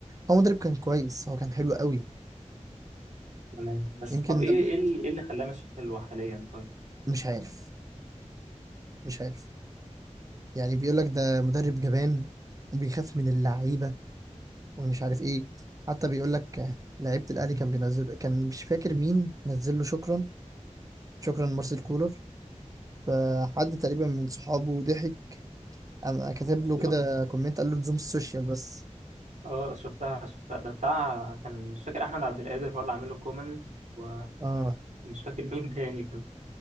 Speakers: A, on the right; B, on the right.
A: هو مدرب كان كويس هو كان حلو قوي
B: تمام بس
A: يمكن
B: طب ايه
A: ده
B: ايه اللي إيه اللي خلاه مش حلو حاليا طيب
A: مش عارف مش عارف يعني بيقول لك ده مدرب جبان وبيخاف من اللعيبة ومش عارف إيه حتى بيقول لك آه، لعيبة الأهلي كان بينزل كان مش فاكر مين نزل له شكرا شكرا مارسيل كولر فحد تقريبا من صحابه ضحك قام كاتب له
B: شوف
A: كده كومنت قال له لزوم السوشيال بس
B: اه شفتها شفتها ده بتاع كان مش فاكر احمد عبد القادر هو اللي عامل له كومنت ومش
A: اه
B: فاكر مين تاني كده